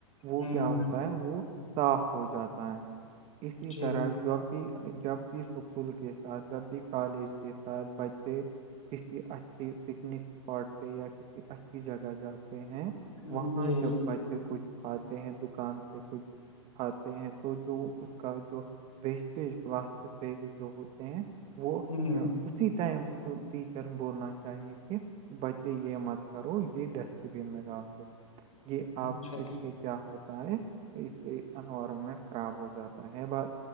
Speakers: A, on the right; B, on the left.
A: وہ
B: ہوں
A: کیا ہوتا ہے وہ صاف ہو جاتا ہے اسی
B: جی
A: طرح جب بھی جب بھی اسکول کے ساتھ جب بھی کالج کے ساتھ بچے کسی اچھی پکنک اسپاٹ پہ یا کسی اچھی جگہ جاتے ہیں
B: جی
A: وہاں جب
B: جی
A: بچے کچھ کھاتے ہیں دکان سے کچھ کھاتے ہیں تو جو اس کا جو ویسٹیج پلاسٹک بیگ جو ہوتے ہیں وہ
B: ہ
A: اسی ٹائم ٹیچر بولنا چاہیے کہ بچے یہ مت کرو یہ ڈسٹ بین میں ڈال دو یہ
B: اچھا
A: آپ اس سے کیا ہوتا ہے اس سے انوائرمنٹ خراب ہو جاتا ہے بات